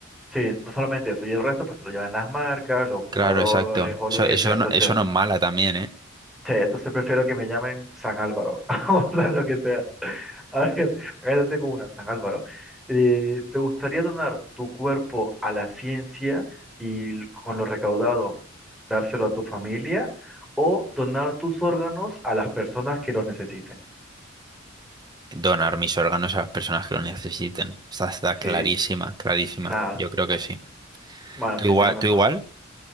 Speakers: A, in the centre; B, on the right.
A: Sí, no solamente eso, y el resto pues se lo llevan las marcas, los jugadores
B: Claro, exacto.
A: o
B: Eso,
A: lo que
B: eso
A: sea. Entonces,
B: no, eso no es mala también, ¿eh?
A: sí, entonces prefiero que me llamen San Álvaro, <laughs> o sea, lo que sea. A ver, ahora tengo una, San Álvaro. Eh, ¿te gustaría donar tu cuerpo a la ciencia y l- con lo recaudado dárselo a tu familia o donar tus órganos a las personas que los necesiten?
B: Donar mis órganos a las personas que lo necesiten. Está, está clarísima,
A: Sí,
B: clarísima.
A: claro.
B: Yo creo que sí.
A: Bueno,
B: ¿Tú
A: sí,
B: igual?
A: tienes razón.
B: ¿Tú igual?